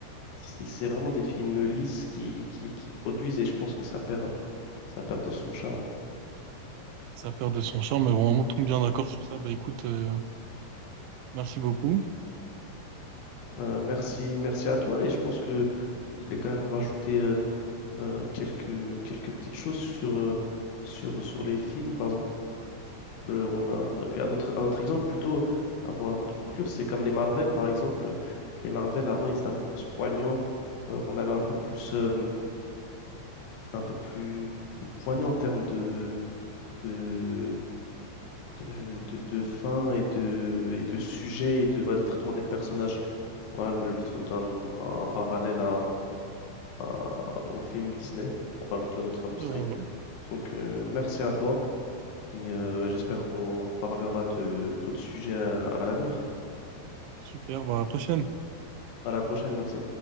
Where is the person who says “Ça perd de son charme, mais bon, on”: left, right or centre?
Right